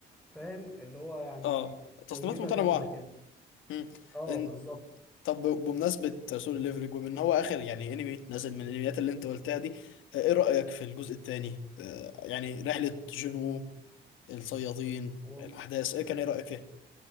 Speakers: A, in the centre; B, on the left.
A: فاهم اللي هو يعني
B: اه
A: توليفه
B: تصنيفات متنوعة
A: جامده كده
B: مم.
A: اه
B: إن...
A: بالظبط
B: طب بمناسبة سولو ليفلنج ومن هو آخر يعني انمي نزل من الانميات اللي انت قلتها دي آه، ايه رأيك في الجزء الثاني؟ يعني رحلة جنو الصيادين
A: وال...
B: الأحداث ايه كان
A: مم.
B: ايه رأيك فيها؟